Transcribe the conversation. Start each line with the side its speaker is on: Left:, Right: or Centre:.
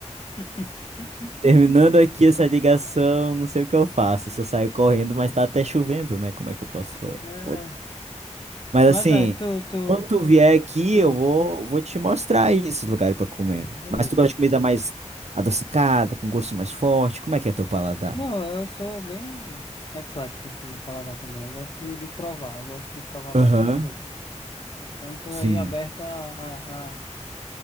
Left: <laughs>
Right: Terminando aqui essa ligação, não sei o que eu faço. Se eu saio correndo, mas tá até chovendo, né? Como é que eu posso. fa-
Left: É.
Right: como é que- Mas
Left: Mas
Right: assim,
Left: aí, tu, tu.
Right: quando tu vier aqui,
Left: Hum.
Right: eu vou, vou te mostrar esses lugares pra comer.
Left: Ah, então beleza.
Right: Mas tu gosta de comida mais adocicada, com gosto mais forte? Como é que é teu paladar?
Left: Não, eu sou bem eclético assim no paladar também. Eu gosto de, de provar, eu gosto de provar bastante
Right: Aham,
Left: coisa. Então tô
Right: sim,
Left: aí aberto a, a,